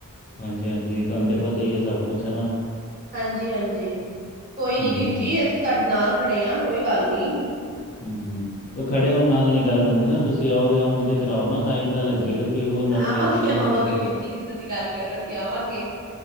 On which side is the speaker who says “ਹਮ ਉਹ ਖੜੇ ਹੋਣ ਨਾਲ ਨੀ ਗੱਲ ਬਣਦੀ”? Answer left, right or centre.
Left